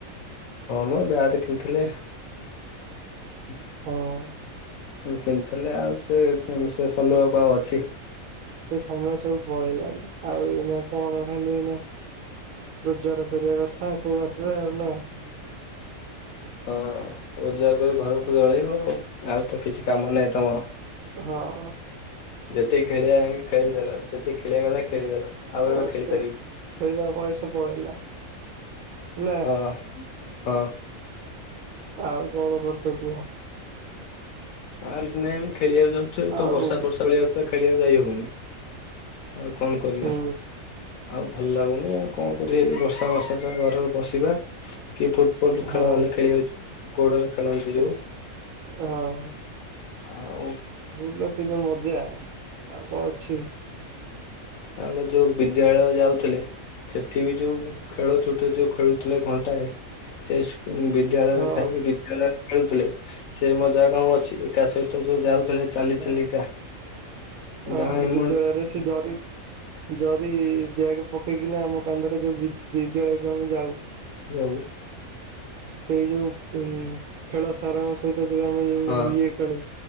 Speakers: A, on the left; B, on the right.
A: ହଁ ମ ବ୍ୟାଗ ଟେ କିଣିଥିଲେ ହୁଁ
B: ହଁ।
A: କିଣିଥିଲେ ଆଉ ସେ ସେ ସମୟ ଆଉ କଣ ଅଛି।
B: ସେ ସମୟ ସବୁ ପଳେଇଲାଣି ଆଉ ଏଇନା କଣ ଖାଲି ଏଇନା ରୋଜଗାର କରିବା କଥା କୋଉ ବାଟରେ ଆଉ। ନା?
A: ହଁ ରୋଜଗାର କରି ଘରକୁ ଚଳେଇବ ଆଉ ଆଉ ତ କିଛି କାମ ନାହିଁ ତମର।
B: ହଁ।
A: ଯେତକି ଖେଳିବାଆଙ୍କେ ଖେଳିଦେଲ ଯେତେ ଖେଳିବା କଥା ଖେଳିଦେଲ। ଆଉ
B: ଅ
A: ଏବେ ଖେଳି
B: ଖ
A: ପାରିବି
B: ଖେଳିବା ବୟସ ପଳେଇଲା। ନା
A: ହଁ ହଁ
B: ଆଉ କଣ କର୍ଚ କୁହ?
A: ଆଉକିଛିନାଇ ଆମେ ଖେଳିବାକୁ ଯାଉଛୁ
B: ଆଉ
A: ତ ବର୍ଷା ବର୍ଷା ପଳିଆଉଛି ଆଉ ଖେଳିବାକୁ ଯାଇ ହଉନି। ଆଉ କଣ କରିବା।
B: ହୁଁ
A: ଆଉ ଭଲ୍ ଲାଗୁନି ଆଉ କଣ କରଇ ଏଇ ବର୍ଷା ମାସା ଟା ଘରେ ବସିବା କିଏ ଫଲ୍ ଖେଳ
B: ହଁ
A: ବାହେଲେ ଖେଳି ଯାଉଛି ଗୋଡରେ ଖେଳନ୍ତି
B: ଖେଳି
A: ଯୋଉ
B: ହଁ
A: ଆଉ
B: ଭୁଲ ସେ ଯୋଉ ମଜା। ଆଉ କଣ ଅଛି।
A: ଆମେ ଯୋଉ ବିଦ୍ୟାଳୟ ଯାଉଥିଲେ ସେଠି ବି ଯୋଉ ଖେଳ ଛୁଟିରେ ଯୋଉ ଖେଳୁଥିଲେ ଘଣ୍ଟାଏ ସେ ସ୍କୁ ବି ବିଦ୍ୟାଳୟରେ
B: ହଁ
A: ଖାଇକି ବିଦ୍ୟାଳୟରେ ଖେଳୁଥିଲେ ସେ ମଜା ଆଉ କଣ ଅଛି ଏକା ସହିତ ଯୋଉ ଯାଉଥିଲେ ଚାଲି
B: ହଁ
A: ଚାଲିକା
B: ଅ
A: ଗାଁ ଏମୁନ୍
B: ବିଦ୍ୟାଳୟରେ ସେ ଜରି ଜରି ବ୍ୟାଗ ପକେଇକିନା ଆମ କାନ୍ଧରେ ଯୋଉ ବି-ବିଦ୍ୟାଳୟକୁ ଆମେ ଯାଉ
A: ରଉ
B: ସେଇ ଯୋଉ ଉ ଖେଳ ସାର ସ ସହିତ ଯଉ ଆମେ ଯୋଉ
A: ହଁ
B: ଇଏ ଖେଳୁ